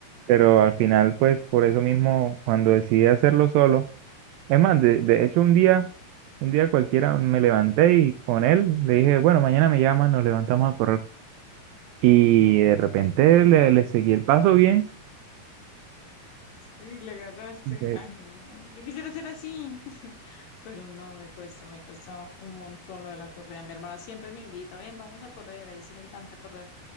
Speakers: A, on the right; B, on the left.
A: pero al final, pues por eso mismo, cuando decidí hacerlo solo, es más, de, de hecho un día, un día cualquiera me levanté y con él le dije, bueno, mañana me llaman, nos levantamos a correr. Y de repente le, le seguí el paso bien.
B: sí, le agarraste.
A: de-
B: Ay, no, yo quisiera ser así, <laughs> pero no, me cuesta, me cuesta un montón lo de la correa. Mi hermana siempre me invita, ven, vamos a correr, a ella sí le encanta correr.